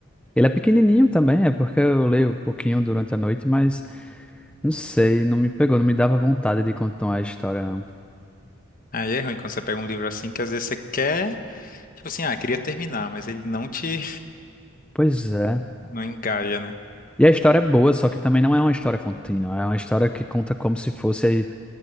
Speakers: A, in the centre; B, on the left.
A: ele é pequenininho também, é porque eu leio um pouquinho durante a noite, mas. Não sei, não me pegou, não me dava vontade de continuar a história, não.
B: Aí é ruim quando você pega um livro assim que às vezes você quer, tipo assim, ah, queria terminar, mas ele não te,
A: Pois é.
B: <laughs> não engaja, né?
A: E a história é boa, só que também não é uma história contínua. É uma história que conta como se fosse aí